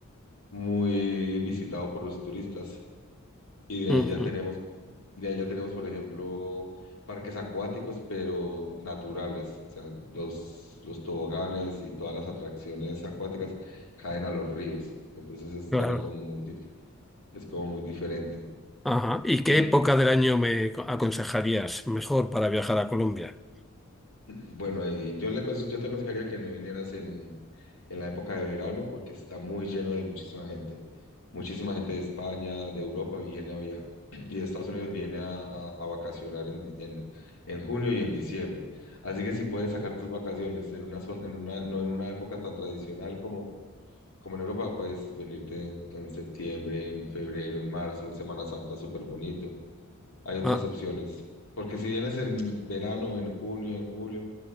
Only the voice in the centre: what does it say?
ujú,
claro,
ajá. ¿Y qué
época del año me co- aconsejarías mejor para viajar a Colombia?
Ah,